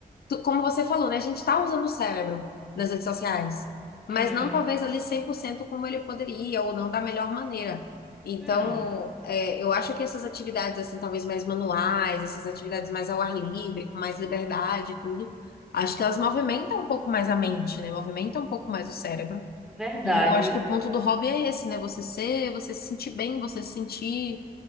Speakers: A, on the left (about 75°); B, in the centre.
A: tu- como você falou, né? A gente está usando o cérebro nas redes sociais, mas
B: Uhum.
A: não talvez ali 100% como ele poderia, ou não da melhor maneira. Então,
B: Hum,
A: é, eu acho que essas atividades, assim, talvez mais manuais, essas atividades mais ao ar livre, com mais liberdade e tudo, acho que elas movimentam um pouco mais a mente, né? Movimentam um pouco mais o cérebro.
B: verdade.
A: E eu acho que o ponto do hobby é esse, né? Você ser, você se sentir bem, você se sentir,